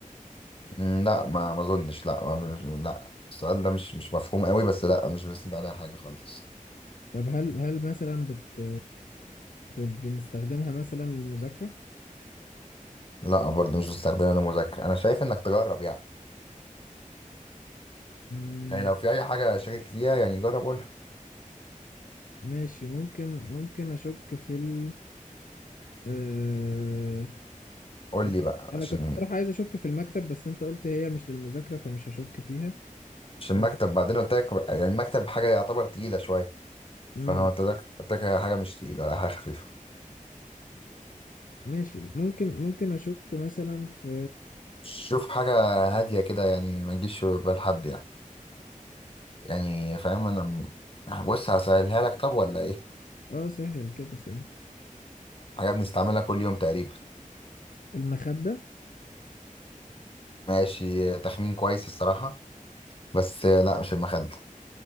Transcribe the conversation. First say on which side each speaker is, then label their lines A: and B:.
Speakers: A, on the left; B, on the left.
A: مم، لا ما ما أظنش لا ما مش لا السؤال ده مش مش مفهوم قوي بس لا مش بنستند عليها حاجة خالص
B: طب هل هل مثلا بت... بت... بنستخدمها مثلا للمذاكرة؟
A: لا برضه مش بستخدمها للمذاكرة أنا شايف إنك تجرب يعني
B: مم،
A: يعني لو في أي حاجة شاكك فيها يعني جرب قول
B: ماشي ممكن ممكن أشك في ال... آه،
A: قول
B: يعني
A: لي بقى
B: انا
A: عشان
B: كنت صراحة عايز اشك في المكتب بس انت قلت هي مش للمذاكرة فمش هشك فيها
A: عشان
B: ف...
A: المكتب بعدين قلت لك يعني المكتب حاجة يعتبر تقيلة شوية
B: امم
A: فانا قلت لك قلت لك حاجه مش تقيله حاجه خفيفه
B: ماشي ممكن ممكن اشك مثلا في
A: شوف حاجه هاديه كده يعني ما تجيش في بال حد يعني يعني فاهم انا م- بص هسهلها لك طب ولا ايه
B: اه سهل كده سن
A: حاجه بنستعملها كل يوم تقريبا
B: المخدة
A: ماشي تخمين كويس الصراحه بس لا مش المخده